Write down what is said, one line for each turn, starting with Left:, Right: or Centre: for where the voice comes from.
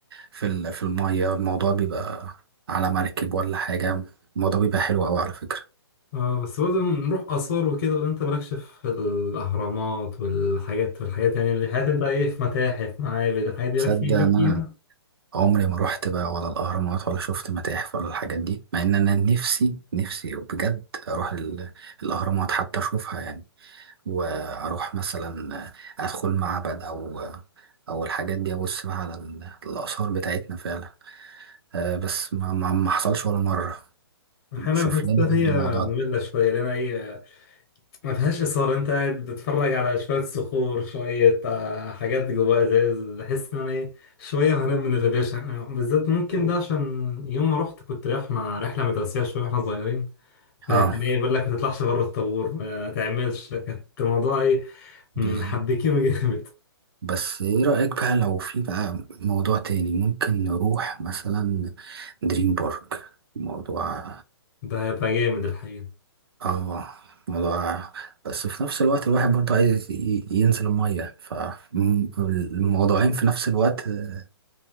Right: في ال- في المية الموضوع بيبقى على مركب ولا حاجة الموضوع بيبقى حلو أوي على فكرة
Left: اه بس برضه نروح آثار وكده ولا أنت مالكش في الأهرامات والحاجات والحاجات يعني الحاجات أنت إيه في متاحف معابد الحاجات دي
Right: تصدق
Left: لك في- ليك
Right: إن
Left: فيها؟
Right: أنا عمري ما روحت بقى ولا الأهرامات ولا شفت متاحف ولا الحاجات دي مع إن أنا نفسي نفسي بجد أروح ال- الأهرامات حتى أشوفها يعني وأروح مثلا أدخل معبد أو أو الحاجات دي أبص بقى على ال- الآثار بتاعتنا فعلا آه بس ما, ما, ما حصلش ولا مرة
Left: أحيانا
Right: شوف
Left: بحسها
Right: لنا
Left: هي
Right: برضو الموضوع
Left: مملة
Right: ده
Left: شوية لأن هي ما فيهاش إثارة أنت قاعد بتتفرج على شوية صخور شوية آه، حاجات جواها إزاز بحس إن أنا إيه شوية وهنام من الريفيشن يعني بالذات ممكن ده عشان يوم ما رحت كنت رايح مع رحلة مدرسية شوية وإحنا صغيرين فكان
Right: اه
Left: إيه بيقول لك ما تطلعش بره الطابور ما تعملش كانت الموضوع إيه محبكينه
Right: بالظبط
Left: جامد
Right: بس ايه رأيك بقى لو في بقى موضوع تاني ممكن نروح مثلا دريم بارك موضوع
Left: ده هيبقى جامد الحقيقة
Right: اه موضوع بس في نفس الوقت الواحد برضه عايز ي- ينزل المية فالموضوعين في نفس الوقت آه،